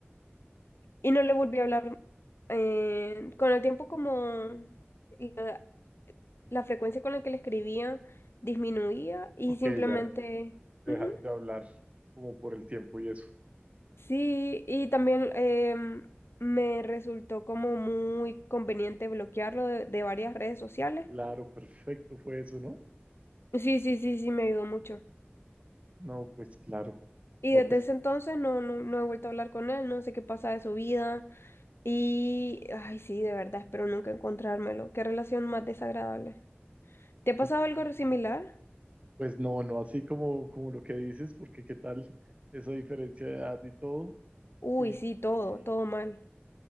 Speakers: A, on the left; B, on the right.
A: y no le volví a hablar. eh, con el tiempo como la, la frecuencia con la que le escribía disminuía y
B: ok,
A: simplemente...
B: ya dejaron
A: ujú,
B: de hablar como por el tiempo y eso.
A: Sí, y también em, me resultó como muy conveniente bloquearlo de, de varias redes sociales.
B: Claro, perfecto fue eso, ¿no?
A: Sí, sí, sí, sí, me ayudó mucho.
B: No, pues claro.
A: Y
B: No,
A: desde
B: pues,
A: ese entonces no, no, no he vuelto a hablar con él, no sé qué pasa de su vida. Y, ay, sí, de verdad, espero nunca encontrármelo. Qué relación más desagradable. ¿Te ha pasado
B: no, pues,
A: algo
B: mm,
A: similar?
B: pues, no, no así como, como lo que dices, porque qué tal esa diferencia de edad y todo.
A: Uy,
B: Y,
A: sí, todo,
B: y
A: todo mal.